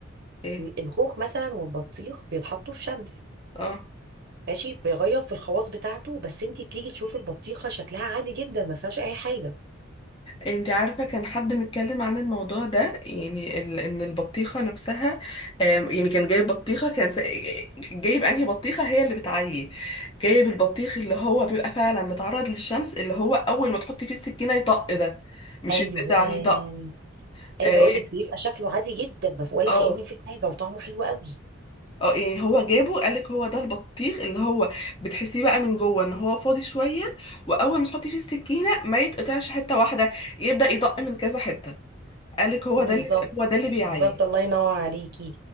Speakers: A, on the left; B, on the right.
A: ايه
B: الخوخ مثلا والبطيخ بيتحطوا في شمس
A: اه
B: ماشي بيغير في الخواص بتاعته بس انت بتيجي تشوفي البطيخه شكلها عادي جدا ما فيهاش اي حاجه
A: انت عارفة كان حد متكلم عن الموضوع ده يعني ال- ان البطيخة نفسها آم، يعني كان جايب بطيخة كان س- جايب انهي بطيخة هي اللي بتعيي جايب البطيخ اللي هو بيبقى فعلا متعرض للشمس اللي هو اول ما تحطي فيه السكينة يطق ده مش
B: ايوان
A: يتقطع يطق
B: عايزه
A: اه
B: اقول لك بيبقى شكله عادي جدا ما في- ولا
A: اه
B: كأن في حاجه وطعمه حلو قوي
A: آه، يعني هو جابه قالك هو ده البطيخ اللي هو بتحسيه بقى من جوه ان هو فاضي شوية واول ما تحطي فيه السكينة ما يتقطعش حتة واحدة يبدأ يطق من كذا حتة قالك هو
B: بالظبط
A: ده اللي هو ده اللي بيعيي
B: بالظبط الله ينور عليكي